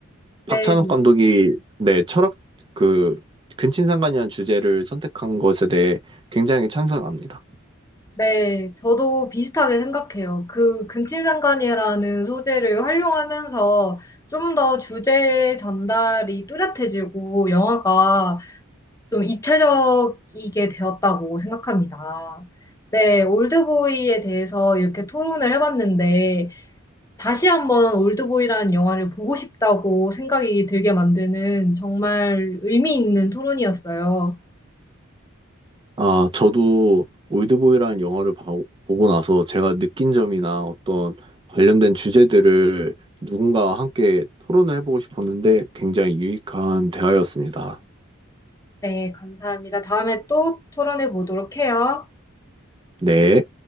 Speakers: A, on the right; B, on the left.
A: 박찬욱
B: 네,
A: 감독이 네, 철학 그 근친상간이라는 주제를 선택한 것에 대해 굉장히 찬성합니다.
B: 네. 저도 비슷하게 생각해요. 그 근친상간이라는 소재를 활용하면서 좀 더 주제 전달이 뚜렷해지고 영화가 좀 입체적이게 되었다고 생각합니다. 네, 올드보이에 대해서 이렇게 토론을 해봤는데 다시 한번 올드보이라는 영화를 보고 싶다고 생각이 들게 만드는 정말 의미 있는 토론이었어요.
A: 아, 저도 올드보이라는 영화를 봐- 보고 나서 제가 느낀 점이나 어떤 관련된 주제들을 누군가와 함께 토론을 해보고 싶었는데 굉장히 유익한 대화였습니다.
B: 네, 감사합니다. 다음에 또 토론해 보도록 해요.
A: 네.